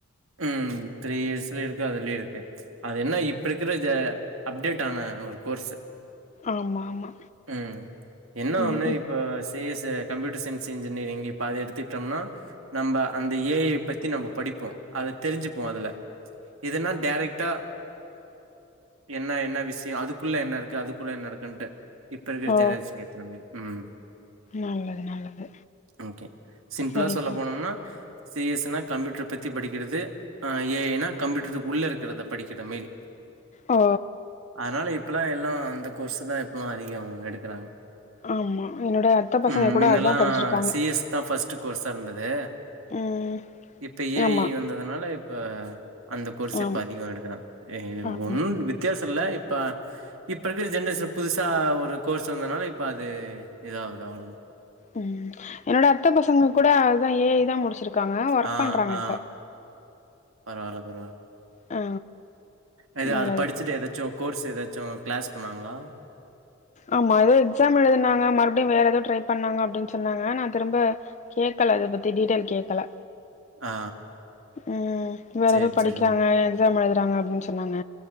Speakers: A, on the right; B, on the left.
A: உம் த்ரீ இயர்ஸ்லயே இருக்கு அதுலயு இருக்கு அது என்ன இப்ப இருக்கிற இது அப்டேட் ஆன ஒரு கோர்ஸ்சு
B: ஆமா ஆமா
A: உம் என்ன ஒண்ணு
B: ம்
A: இப்ப சேஎஸ் கம்ப்யூட்டர் சயின்ஸ என்ஜினியரிங் இப்ப அத எடுத்துட்டோம்னா நம்ப அந்த ஏஐ பத்தி நம்ம படிப்போ அது தெரிஞ்சுப்போ அதுல இதுனா டேரெக்ட்டா என்ன என்ன விஷயோ அதுக்குள்ள என்ன இருக்கு அதுக்குள்ள என்ன இருக்குன்ட்டு இப்ப இருக்குற
B: ஓ
A: ஜெனரேஜுக்கு ஏத்த மாதிரி உம்
B: நல்லது நல்லது
A: ஓகே சிம்ப்ளா
B: சரிப்பா
A: சொல்ல போனோம்னா சிஎஸ் னா கம்யூட்டர் பத் தி படிக்கிறது ஏஐ ன்னா கம்ப்யூட்டருக்கு உள்ள இருக்கிறத படிக்கிற மாரி
B: ஓ
A: அதனால இப்பல்லா எல்லா அந்த கோர்ஸ் தா இப்பல்லா அதிகம் எடுக்கிறாங்க
B: ஆமா என்னோட அத்த பசங்க
A: உம்
B: கூட
A: முன்னெல்லா
B: அதா படிச்சிருக்காங்க
A: சிஎஸ் தா ஃபர்ஸ்ட் கோர்ஸா இருந்தது
B: ம்
A: இப்ப ஏஐ
B: ஆமா
A: வந்ததுனால இப்ப அந்த கோர்ஸ்
B: ஆம்
A: இப்ப அதிகம் எடுக்கிறா
B: ஆமா
A: ஒன்னும் வித்தியாசம் இல்ல இப்ப இப்ப இருக்குற ஜென்ரேஷன் புதுசா ஒரு கோர்ஸ் வந்தனால இப்போ அது இதாகுது அவ்ளோதா
B: உம் என்னோட அத்த பசங்க கூட அதுதா ஏஐ தா முடிச்சிருக்காங்க ஒர்க்
A: ஆ,
B: பண்றாங்க
A: ஆ.
B: இப்ப
A: பரவால்ல பரவால்ல
B: ஆ
A: அது
B: நல்லதுப்பா
A: அது படிச்சுட்டு ஏதாச்சு கோர்ஸ் ஏதாச்சும் கிளாஸ் போணாங்களா
B: ஆமா ஏதோ எக்ஸாம் எழுதுனாங்க மறுபடியு வேற ஏதோ ட்ரை பண்ணாங்க அப்படின் சொன்னாங்க நா திரும்ப கேக்கல அத பத்தி டீட்டெயல் கேக்கல
A: ஆ.
B: ம் வேற
A: சரி,
B: எதோ படிக்கிறாங்க
A: சரி. ஓகே.
B: எக்ஸாம் எழுதுறாங்க அப்டின் சொன்னாங்க